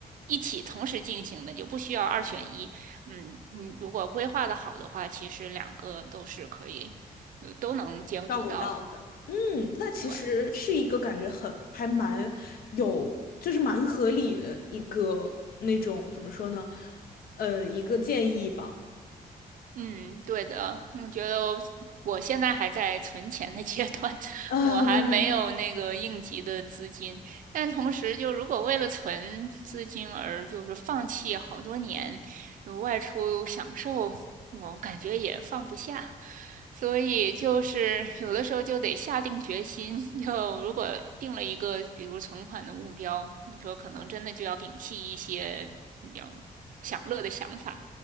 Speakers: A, on the right (about 60°); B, on the left (about 80°).
A: 一起同时进行的，就不需要二选一。嗯，你如果规划的好的话，其实两个都是可以，呃都能兼顾到。
B: 照顾到的。嗯，那其实是一个感觉很还蛮有，
A: 对，
B: 就是蛮合理的一个那种怎么说呢？呃，一个建议吧。
A: 嗯，对的，我觉得我现在还在存钱的阶段，<laughs>
B: 嗯，
A: 我还没有那个应急的资金。但同时，就如果为了存资金而就是放弃好多年，就外出享受，我感觉也放不下。所以就是有的时候就得下定决心，<laughs> 就如果定了一个比如存款的目标，你说可能真的就要摒弃一些比较享乐的想法。